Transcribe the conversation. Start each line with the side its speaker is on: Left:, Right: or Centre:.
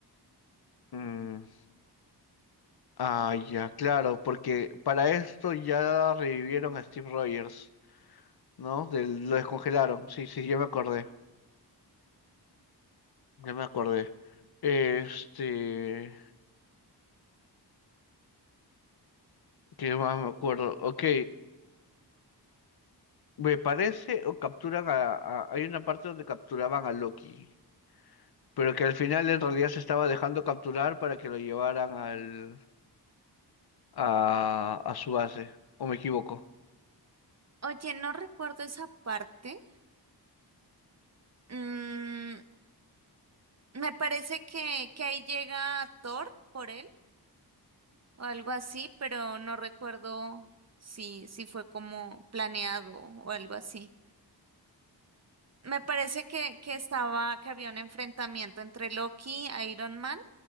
Left: Mm, ah, ya, claro, porque para esto ya revivieron a Steve Rogers, ¿no? Del- lo descongelaron. Sí, sí, ya me acordé. Ya me acordé. Este, ¿qué más me acuerdo? Ok, me parece o capturan a, a- Hay una parte donde capturaban a Loki, pero que al final en realidad se estaba dejando capturar para que lo llevaran al, a, a su base, ¿o me equivoco?
Right: Oye, no recuerdo esa parte. Mm, me parece que, que ahí llega Thor por él o algo así, pero no recuerdo si, si fue como planeado o algo así. Me parece que, que estaba, que había un enfrentamiento entre Loki, Iron Man